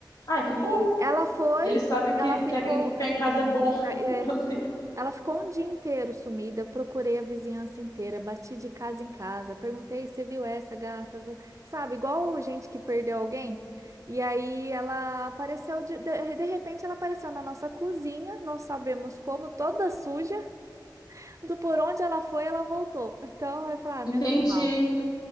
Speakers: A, on the left; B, on the right.
A: Ah, que
B: E
A: bom.
B: ela foi,
A: Eles sabem que,
B: ela ficou,
A: que em- ficar em casa é bom
B: é,
A: <laughs> também.
B: ela ficou um dia inteiro sumida, procurei a vizinhança inteira, bati de casa em casa, perguntei, você viu essa gata? Vo- Sabe, igual gente que perdeu alguém. E aí ela apareceu, de, de, de repente ela apareceu na nossa cozinha, não sabemos como, toda suja, do por onde ela foi, ela voltou. Então eu falei, ah,
A: Entendi.
B: menos mal.